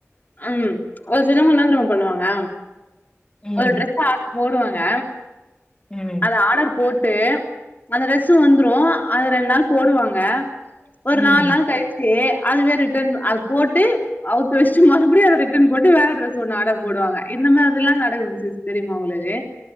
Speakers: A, on the left (about 40°); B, on the left (about 15°).
A: அம் ஒரு சிலவங்க னா தெரியுமா பண்ணுவாங்க ஒரு
B: ம்
A: ட்ரெஸ்ஸ ஆ போடுவாங்க
B: ம்
A: அது ஆடர் போட்டு அந்த ட்ரெஸு வந்துரூ அத ரெண்ட் நாள் போடுவாங்க ஒரு
B: ம்.
A: நாலு நாள் கழிச்சு அதுவே ரிட்டன் அது போட்டு அவுத்து வெஸ் சு மறுபடியு அத ரிட்டன் போட்டு வேற ட்ரஸ் ஒண்ணு ஆர்டர் போடுவாங்க இந்த மாதிரில்லா நடக்குது சிஸ் தெரியுமா உங்களுக்கு